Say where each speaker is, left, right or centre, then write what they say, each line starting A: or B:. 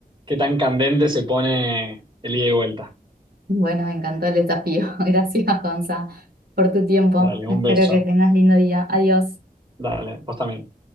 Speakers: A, on the right; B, on the right.
A: qué tan candente se pone el ida y vuelta.
B: Bueno, me encantó el desafío. <laughs> Gracias, Gonza, por tu tiempo.
A: Dale,
B: Espero
A: un beso.
B: que tengas lindo día. Adiós.
A: Dale, vos también.